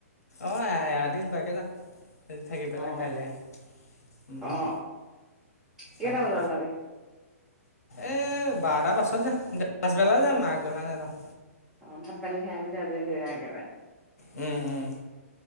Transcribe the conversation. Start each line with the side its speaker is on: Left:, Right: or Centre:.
Left: অঁ এৰাতি থকা কে যাম। থাকি পেলাই
Centre: অ
Left: কাইল আহিম উম
Centre: অ
Left: উম
Centre: কেইটা
Left: তাতে।
Centre: বজাত ওলাবি?
Left: এ বাৰটাৰ পাছত যাম। পাচবেলা যাম, আগবেলা নেযাওঁ।
Centre: অঁ, ভাত-পানী খাই মেলি আজৰি হৈ আও একেবাৰে।
Left: উম, উম।